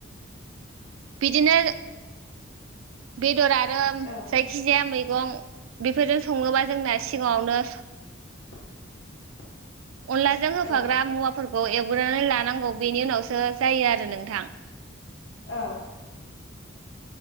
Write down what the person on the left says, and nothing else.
औ
<inaudible>
औ
औ